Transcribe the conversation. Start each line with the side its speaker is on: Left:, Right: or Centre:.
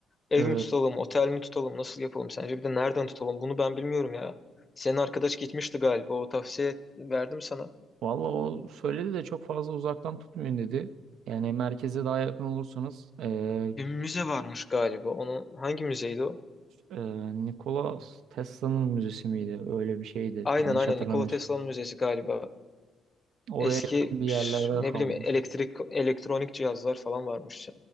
Left: ev
Right: e,
Left: mi tutalım, otel mi tutalım, nasıl yapalım sence? Bir de nereden tutalım? Bunu ben bilmiyorum ya. Senin arkadaş gitmişti galiba. O tavsiye verdim sana.
Right: Valla o söyledi de çok fazla uzaktan tutmayın dedi. Yani merkeze daha yakın olursanız e,
Left: Bir müze varmış galiba. Onun hangi müzeydi o?
Right: Ee, Nikola Tesla'nın müzesi miydi? Öyle bir şeydi.
Left: Aynen
Right: Yanlış
Left: aynen
Right: hatırlamıyorsun.
Left: Nikola Tesla'nın müzesi galiba.
Right: Oraya
Left: Eski
Right: yakın
Left: üf,
Right: bir yerlerde
Left: ne
Right: kalmış.
Left: bileyim elektrik elektronik cihazlar falan varmış